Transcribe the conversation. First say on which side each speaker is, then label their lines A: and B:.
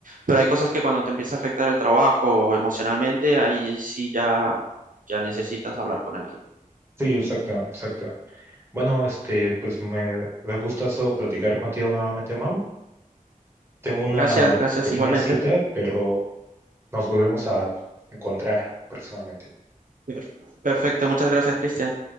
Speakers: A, on the right (about 65°); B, on the right (about 15°).
A: Pero hay cosas que cuando te empieza a afectar el trabajo emocionalmente, ahí sí ya, ya necesitas hablar con alguien.
B: Sí, exacto, exacto. Bueno, este, pues me da gustazo platicar contigo nuevamente, Mau. Tengo una
A: Gracias, gracias
B: pequeña
A: igualmente.
B: cita, pero nos volvemos a encontrar próximamente.
A: Per- Perfecto, muchas gracias, Cristian.